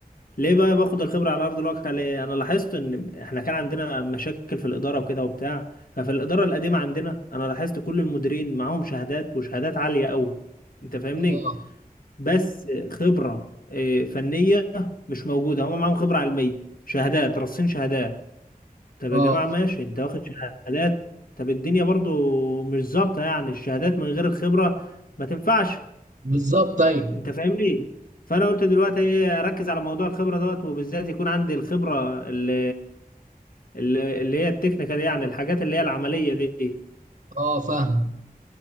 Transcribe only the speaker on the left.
ليه بقى باخد الخبره على ارض الواقع ليه انا لاحظت ان احنا كان عندنا مشاكل في الاداره وكده وبتاع ففي الاداره القديمه عندنا انا لاحظت كل المديرين معاهم شهادات وشهادات عاليه قوي انت فاهمني
بس خبرة آه، فنية مش موجودة هم معاهم خبرة علمية شهادات رصين شهادات طب
يا جماعة ماشي انت واخد شهادات طب الدنيا برضو مش ظابطة يعني الشهادات من غير الخبرة ما تنفعش
انت فاهمني فانا قلت دلوقتي ايه اركز على موضوع الخبرة دوت وبالذات يكون عندي الخبرة اللي اللي اللي هي التكنيكال يعني الحاجات اللي هي العملية دي